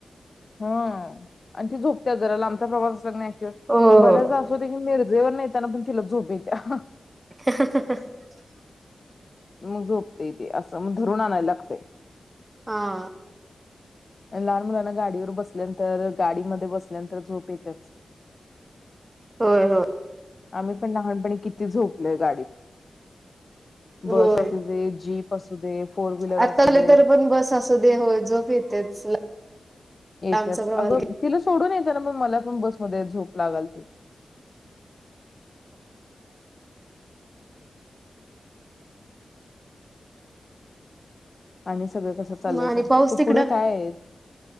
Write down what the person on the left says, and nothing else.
हम आणि ती झोपत्याच जरा लांबचा प्रवास असला की नाही.
बर्याचदा
अस होतंय की जेवण <unintelligible> तिला झोप येते.
मग झोपतय तेे असं मग धरून आणाय लागतय.
लहान मुलांना गाडीवर बसल्यानंतर गाडीमध्ये बसल्यांतर झोप येतच.
आम्ही पण लहानपणी किती झोपलोय गाडीत. बस
असू दे जीप असू दे.
फोर व्हीलर असू दे
येत्याच
अगं तिला सोडून येत ना मग मला पण बसमध्ये झ खूप लागल त. आणि सगळं कसं चालायच
<unintelligible>
तू
पुढं काय?